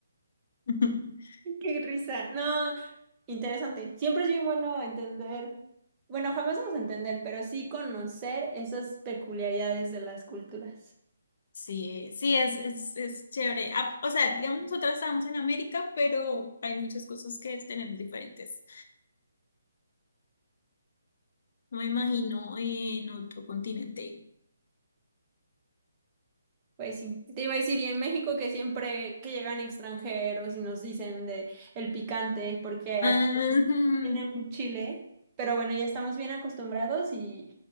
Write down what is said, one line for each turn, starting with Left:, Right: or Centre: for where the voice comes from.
Left: <laughs>
Right: ¡Qué risa! No, interesante. Siempre es bien bueno entender, bueno, jamás vamos a entender, pero sí conocer esas peculiaridades de las culturas.
Left: Sí, sí, es, es, es chévere. Ah, O sea, digamos, nosotras estamos en América, pero hay muchas cosas que tenemos diferentes. No me imagino en otro continente.
Right: Pues sí, te iba a decir, y en México que siempre que llegan extranjeros y nos dicen de el picante, porque hasta
Left: Ah,
Right: tienen chile, pero bueno, ya estamos bien acostumbrados y